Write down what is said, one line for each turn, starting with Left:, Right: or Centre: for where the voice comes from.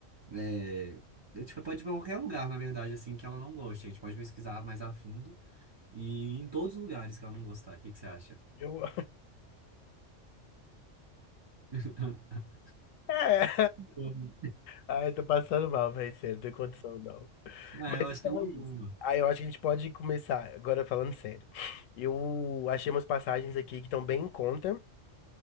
Right: É, a gente pode ir pra qualquer lugar, na verdade, assim, que ela não goste. A gente pode pesquisar mais a fundo e ir em todos os lugares que ela não gostar. O que que você acha?
Left: Eu... <laughs>
Right: <laughs>
Left: É.
Right: Amo.
Left: Ai, tô passando mal, velho. Sério, não tem condição, não.
Right: Ah,
Left: Mas
Right: eu acho
Left: então
Right: que é uma
Left: é isso.
Right: boa.
Left: Aí eu acho que a gente pode começar, agora falando sério. Eu achei umas passagens aqui que estão bem em conta,